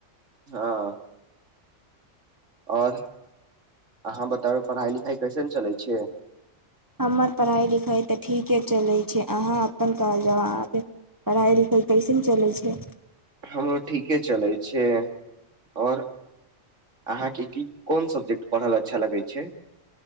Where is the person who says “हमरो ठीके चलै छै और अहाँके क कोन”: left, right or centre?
Right